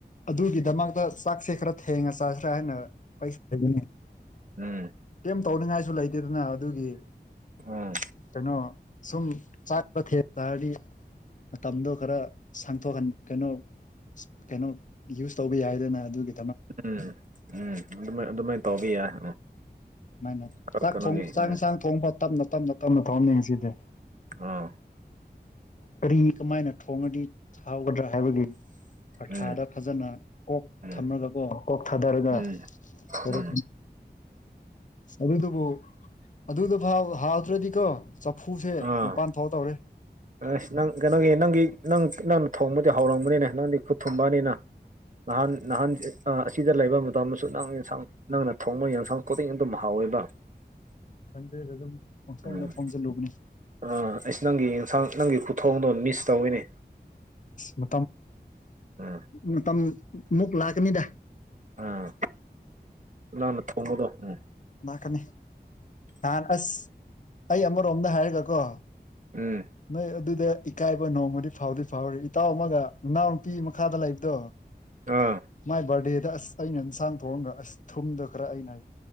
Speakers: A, on the left (about 45°); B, on the right (about 50°).
A: ꯑꯗꯨꯒꯤꯗꯃꯛꯇ ꯆꯥꯛꯁꯦ ꯈꯔ ꯊꯦꯡꯉ ꯆꯥꯛ ꯍꯥꯏꯅ ꯄꯩꯁꯥ ꯂꯩꯅꯦ
B: ꯎꯝ
A: ꯀꯩꯝ ꯇꯧꯅꯤꯡꯉꯥꯏꯁꯨ ꯂꯩꯇꯦꯗꯅ ꯑꯗꯨꯒꯤ
B: ꯎꯝ
A: ꯀꯩꯅꯣ ꯁꯨꯝ ꯆꯥꯛꯄ ꯊꯦꯡ ꯇꯥꯔꯗꯤ ꯃꯇꯝꯗꯣ ꯈꯔ ꯁꯥꯡꯊꯣꯛꯍꯟ ꯀꯩꯅꯣ ꯀꯩꯅꯣ ꯌꯨꯁ ꯇꯧꯕ ꯌꯥꯏꯗꯅ ꯑꯗꯨꯒꯤ
B: ꯎꯝ ꯎꯝ ꯑꯗꯨꯃꯥꯏ ꯑꯗꯨꯃꯥꯏꯅ ꯇꯧꯕꯕ ꯌꯥꯏ
A: ꯁꯨꯃꯥꯏꯅ
B: ꯈꯔ
A: ꯆ
B: ꯀꯩꯅꯣꯒꯤ
A: ꯆꯥꯛ
B: ꯎꯝ
A: ꯏꯟꯁꯥꯡ ꯊꯣꯡ ꯇꯞꯅ ꯇꯞꯅ ꯇꯞꯅ ꯊꯣꯡ ꯌꯦꯁꯤꯗꯤ
B: ꯑꯥ
A: ꯀꯔꯤ ꯀꯃꯥꯏꯅ ꯊꯣꯡꯉꯗꯤ ꯊꯥꯎꯒꯗ꯭ꯔꯥ ꯍꯥꯏꯕꯒꯤ ꯄꯔꯊꯥꯗ
B: ꯎꯝ
A: ꯐꯖꯅ ꯀꯣꯛ
B: ꯎꯝ
A: ꯊꯝꯃꯒ ꯀꯣ ꯀꯣꯛ ꯊꯥꯗꯔꯒ
B: ꯎꯝ
A: ꯍꯔ
B: ꯎꯝ
A: ꯑꯗꯨꯗꯨꯕꯨ ꯑꯗꯨꯗ ꯍꯥꯎꯗ꯭ꯔꯗꯤꯀꯣ ꯆꯐꯨꯁꯦ
B: ꯑꯥ
A: ꯃꯄꯥꯟ ꯐꯥꯎ ꯇꯧꯔꯦ
B: ꯑꯁ ꯅꯪ ꯀꯩꯅꯣꯒꯤ ꯅꯪꯒꯤ ꯅꯪ ꯅꯪ ꯊꯣꯡꯕꯗꯤ ꯍꯧꯔꯕꯅꯤꯅꯦ ꯅꯪꯗꯤ ꯈꯨꯠ ꯊꯨꯝꯕꯅꯤꯅ ꯅꯍꯥꯟ ꯅꯍꯥꯟ ꯑꯁꯤꯗ ꯂꯩꯕ ꯃꯇꯝꯗꯁꯨ ꯅꯪ ꯌꯦꯟꯁꯥꯡ ꯅꯪꯅ ꯊꯣꯡꯕ ꯌꯦꯟꯁꯥꯡ ꯈꯨꯗꯤꯡ ꯑꯗꯨꯝ ꯍꯥꯎꯋꯤ ꯑꯣꯏꯕ
A: ꯊꯪꯗꯦ ꯑꯗꯨ ꯑꯗꯨꯝ ꯄꯣꯡꯊꯣꯡꯗ
B: ꯎꯝ
A: ꯊꯣꯡꯖꯤꯜꯂꯨꯕꯅꯤ
B: ꯑꯥ ꯑꯩꯁꯨ ꯅꯪꯒꯤ ꯌꯦꯟꯁꯥꯡ ꯅꯪꯒꯤ ꯈꯨꯊꯣꯡꯗꯣ ꯃꯤꯁ ꯇꯧꯋꯤꯅꯦ
A: ꯃ
B: ꯎꯝ
A: ꯃꯇꯝ ꯃ ꯃꯨꯛ ꯂꯥꯛꯀꯅꯤꯗꯥ
B: ꯎꯝ ꯅꯪꯅ ꯊꯣꯡꯕꯗꯣ ꯎꯝ
A: ꯂꯥꯛꯀꯅꯤ ꯅꯍꯥꯟ ꯑꯁ ꯑꯩ ꯑꯃꯔꯣꯝꯗ ꯍꯥꯏꯔꯒꯀꯣ
B: ꯎꯝ ꯎꯝ
A: ꯅ ꯑꯗꯨ ꯑꯗꯨ ꯗ ꯏꯀꯥꯏꯕ ꯅꯣꯡꯃꯗꯤ ꯐꯥꯎꯗꯤ ꯐꯥꯎꯔꯤ ꯏꯇꯥꯎ ꯑꯃꯒ ꯏꯅꯥꯎꯅꯨꯄꯤ ꯃꯈꯥꯗ ꯂꯩꯕꯗꯣ
B: ꯑꯥ
A: ꯃꯥꯏ ꯕꯥꯔꯗꯦꯗ ꯑꯁ ꯑꯩꯅ ꯏꯟꯁꯥꯡ ꯊꯣꯡꯑꯒ ꯑꯁ ꯊꯨꯝꯗ ꯈꯔ ꯑꯩꯅ